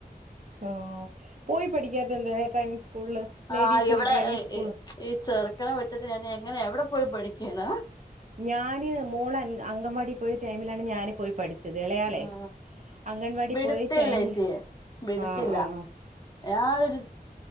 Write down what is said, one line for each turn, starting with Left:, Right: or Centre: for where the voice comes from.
Right: ആഹ് പോയി പഠിക്കാത്ത എന്ത ട്രൈവിങ് സ്കൂളില് ലേഡീസിന്റെ
Left: ആഹ് ഇവിടെ
Right: ഡ്രൈവിംഗ് സ്കൂള്
Left: ഈ ചെറുക്കണ വിട്ടിട്ട് ഞാൻ എങ്ങനെ എവിടെ പോയി പഠിക്കാന
Right: ഞാന് മോള അങ്കൻവാടി പോയ ടൈമിലാണ് ഞാൻ പോയി പഠിച്ചത് ഇളയാളെ
Left: ആ
Right: അംഗൻവാടി
Left: വിടത്തില്ല
Right: പോയി ടൈമിൽ
Left: ചേച്ചി വിടത്തില്ല
Right: ആഹ് ആഹ്
Left: ഞാനൊരു